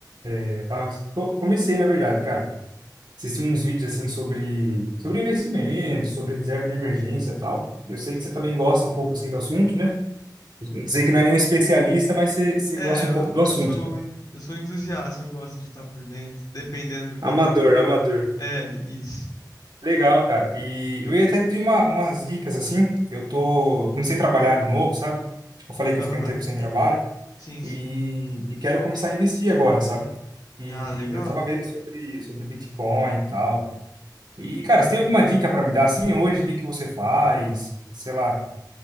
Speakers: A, on the right; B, on the left.
A: Eu tava, tô- comecei, na verdade, cara. assisti uns vídeos assim sobre sobre investimento, sobre reserva de emergência e tal. Eu sei que você também gosta um pouco assim do assunto, né? Sei que não é nenhum especialista, mas você, você
B: É,
A: gosta um
B: eu,
A: pouco do assunto,
B: eu sou,
A: cara.
B: en- eu sou um entusiasta, eu gosto de estar por dentro, dependendo do que
A: Amador,
B: também.
A: amador.
B: É, isso.
A: Legal, cara. E eu ia até pedir uma, umas dicas assim. Eu tô, comecei a trabalhar de novo, sabe? Acho que Eu falei que
B: Aham.
A: eu fiquei um tempo sem trabalho
B: Sim,
A: e,
B: sim.
A: e quero começar a investir agora, sabe? E
B: Ah, legal.
A: eu tava vendo sobre sobre Bitcoin e tal. E, cara, você tem alguma dica para me dar assim hoje? O que que você faz? Sei lá,